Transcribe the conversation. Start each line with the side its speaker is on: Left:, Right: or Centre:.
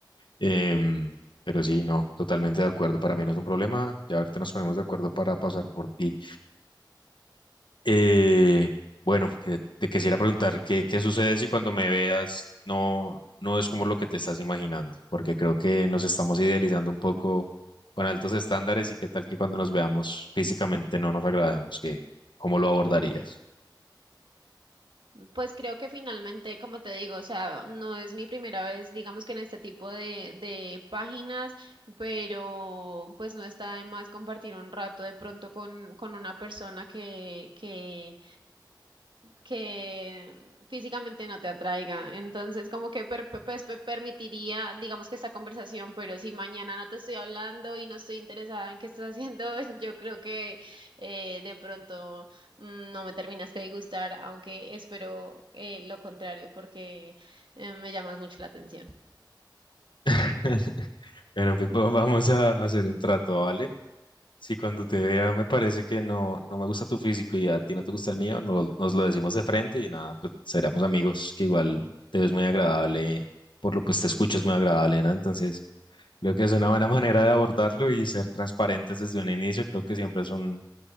Left: Em, pero sí, no, totalmente de acuerdo. Para mí no es un problema. Ya ahorita nos ponemos de acuerdo para pasar por ti. Eh, bueno, que- te quisiera preguntar qué, qué sucede si cuando me veas no, no es como lo que te estás imaginando, porque creo que nos estamos idealizando un poco con altos estándares y qué tal que cuando nos veamos físicamente no nos agrademos, que, ¿cómo lo abordarías?
Right: Pues creo que finalmente, como te digo, o sea, no es mi primera vez, digamos que en este tipo de, de páginas, pero pues no está de más compartir un rato de pronto con, con una persona que, que que físicamente no te atraiga. Entonces, como que per- per- pues, per- permitiría, digamos que esta conversación, pero si mañana no te estoy hablando y no estoy interesada en qué estás haciendo, <laughs> yo creo que eh, de pronto mm, no me terminaste de gustar, aunque espero eh, lo contrario, porque eh, me llamas mucho la atención.
Left: <laughs> Bueno, pues va- vamos a hacer un trato, ¿vale? Si cuando te vea me parece que no, no me gusta tu físico y a ti no te gusta el mío, no- nos lo decimos de frente y nada, pues seremos amigos, que igual te ves muy agradable, por lo pues te escuchas muy agradable, ¿no? Entonces, creo que es una buena manera de abordarlo y ser transparentes desde un inicio, creo que siempre es un,